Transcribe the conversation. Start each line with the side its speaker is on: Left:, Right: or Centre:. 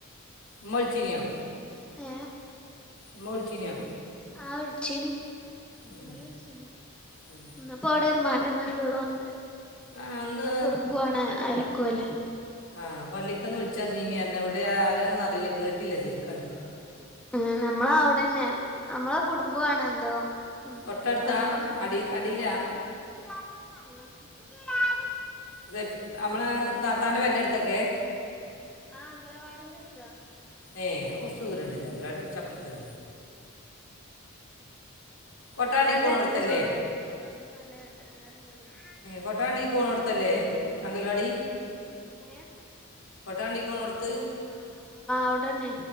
Left: ഇമ്മളിച്ചിനോ
Centre: ഏ
Left: ഇമ്മ വിളിച്ചിനോ
Centre: ആ വിളിച്ചിനി
Left: ഉം.
Centre: ഇന്നലെ വിളിച്ചിനി
Left: ഉം.
Centre: ഇപ്പ അവിടെ ഒരു മരണം ഉണ്ട് തോന്നോണ്ട് നമ്മളെ
Left: ആ അന്ന്
Centre: കുടുംബണ് അരക്കും അല്ലെ
Left: ആഹ് പള്ളിക്കൊന്നന്ന് വിളിച്ചറിഞ്ഞ ഇനി ഇവിടെ ആരൊന്നും അറിയില്ല കേട്ടില്ല ശരിക്കാണ്ട്
Centre: ഉ നമ്മള അവിടെന്നെ നമ്മളെ കുടുംബണ എന്തോ ഉം
Left: തൊട്ടടുത്ത
Centre: വല്ലിമ്മാൻ്റെ
Left: അടി
Centre: എന്തോ കുടുംബോഏന്തോവാണ്
Left: അടിയിലാ അതെ നമ്മളെ താത്താൻ്റെ പെര ൻ്റെ അടുത്തൊക്കെ
Centre: ആഹ അംഗനവാടിന്റെ അടുത്താ
Left: ഏ കുറച്ച് ദൂരംണ്ടല്ലോ അംഗനവാടി കുറച്ചു പ്പുറത്തല്ലെ കൊട്ടാണ്ടിക്കോണടുത്തല്ലേ
Centre: ഇപ്പ ൻ്റെ അടുത്ത് ചെങ്ങാതിയാണ് ഇപ്പൊക്കക്കെ നല്ല ഇടങ്ങാറുണ്ട്ന്ന് റഞ്ഞ്
Left: കൊട്ടാണ്ടിക്ക് പോണോ ട്ത്തല്ലെ അംഗൽവാടി
Centre: ഏ
Left: കൊട്ട വണ്ടിക്ക് പോണോ ട്ത്ത്
Centre: അവിടെന്നെ